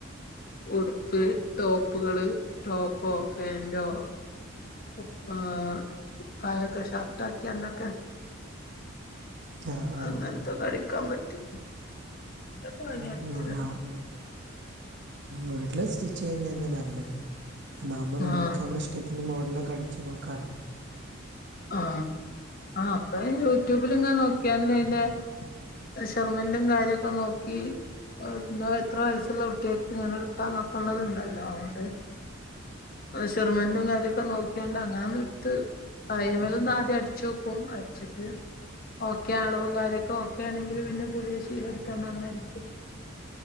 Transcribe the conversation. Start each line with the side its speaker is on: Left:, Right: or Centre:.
Left: ഉടുപ്പ് ടോപ്പുകള് ടോപ്പോ ഫേന്റോ ഉപ്പാ കായക്ക് ഷർട്ട് ആക്കിയാണ്ടൊക്കെ
Right: ആ ആ
Left: അങ്ങനത്തൊക്കെ അടിക്കാൻ പറ്റും. ഇതൊക്കെ
Right: <unintelligible>
Left: വാങ്ങി അടിക്കലുണ്ട്
Right: വീട്ടില് സ്റ്റിച്ച് ചെയ്യുന്ന തന്നെ നല്ലത്. അതാവകുമ്പോ നമ്മക്ക്
Left: ആഹ്
Right: നമ്മുടെ ഇഷ്ടത്തിന് മോഡല് ഒക്കെ അടിച്ച് നോക്കാലോ.
Left: ആ അപ്പൊ യൂട്യൂബിൽ ഇങ്ങനെ നോക്കിയാണ്ട് അയിന്റെ മെഷർമെന്റും കാര്യക്കെ നോക്കി ന്തോ എത്ര വയസ്സുള്ള കുട്ടിയക്ക് ഇങ്ങനെ എടുക്കാൻ ഒക്കെ ഉള്ളത് ഉണ്ടല്ലോ അതോണ്ട് മെഷർമെന്റും കാര്യൊക്കെ നോക്കിയാണ്ട് അങ്ങന ഒന്ന് എടുത്ത് പയമേലൽ ഒന്ന് ആദ്യം അടിച്ച് നോക്കും അടിച്ചിട്ട് ഓക്കെ ആളവും കാര്യങ്ങൾ ഓക്കെ ആണെങ്കിൽ പിന്നെ പുതിയ ശീല എടുത്തോണ്ട് അങ്ങനെ അടിക്കു